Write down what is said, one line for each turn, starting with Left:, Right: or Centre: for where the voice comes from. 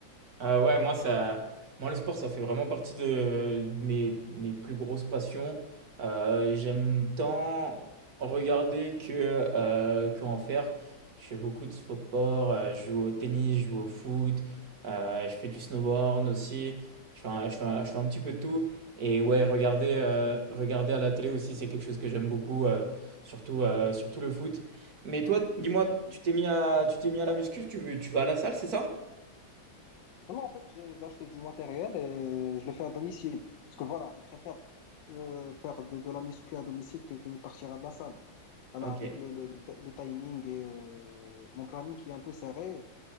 Right: Ah ouais, moi, ça, moi, le sport, ça fait vraiment partie de mes, mes plus grosses passions. Euh, j'aime
Left: Ok,
Right: tant regarder que, euh, que en faire. Je fais beaucoup de sport, euh, je joue au tennis, je joue au foot, euh, je fais du snowboard aussi. Je fais un, je fais un- je fais un petit peu de tout. Et ouais, regarder, euh, regarder à la télé aussi, c'est quelque chose que j'aime beaucoup, euh, surtout, euh, surtout le foot. Mais toi, dis-moi,
Left: ok.
Right: tu t'es mis à, tu t'es mis à la muscu, tu, tu vas à la salle, c'est ça?
Left: Non, non, en fait, j'ai j'ai acheté du matériel et je le fais à domicile. Parce que voilà, je préfère euh, faire de, de la muscu à domicile que, que partir à de la salle. Voilà,
Right: Ok,
Left: avec le, le, le ti- le timing et euh, mon planning qui est un peu serré,